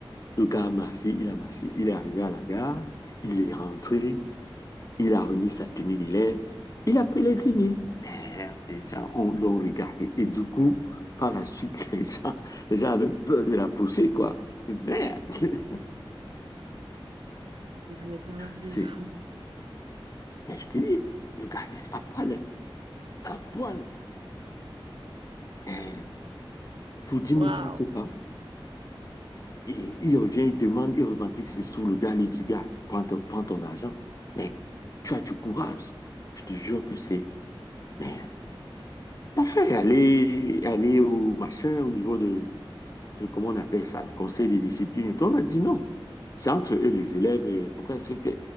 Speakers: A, on the left; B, on the right.
A: Le gars a marché, il a marché, il est arrivé à la gare, il est rentré. Il a remis sa tenue d'élève. Il a pris les dix mille. Merde, les gens l'ont regardé. Et du coup, par la suite, <laughs> les gens, les gens avaient peur de la pousser, quoi. Merde. <laughs>
B: Mais il y a quand même des
A: C'est,
B: fous.
A: mais je te dis, le gars, il est à poil, hein, à poil. <clears throat> Euh, Pour dix
B: Waouh.
A: mille francs, c'est pas. Et il revient, il demande, il revendique ses sous. Le gars lui dit, gars, prends ton, prends ton argent. Mais tu as du courage. Je te jure que c'est, merde. Enfin, aller, aller au machin, au niveau de de- comment on appelle ça, le conseil de discipline. Et on a dit non. C'est entre eux, les élèves. euh, Pourquoi est-ce que,